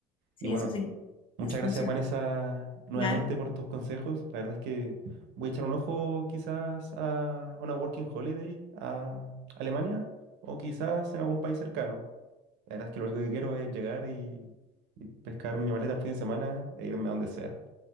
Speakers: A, on the left (about 25°); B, on the right (about 70°).
A: Sí,
B: Y bueno.
A: eso sí,
B: Muchas
A: les funciona,
B: gracias, Vanessa, nuevamente
A: claro.
B: por tus consejos. La verdad es que voy a echar un ojo quizás a una working holiday a Alemania o quizás en algún país cercano. La verdad es que lo único que quiero es llegar y, y pescar mi maleta en fin de semana e irme a donde sea.